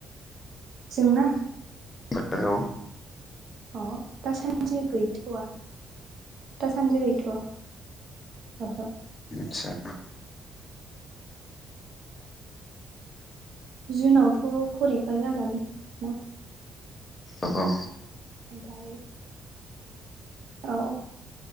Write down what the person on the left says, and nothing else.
हेलौ।
आतसा।
अ अ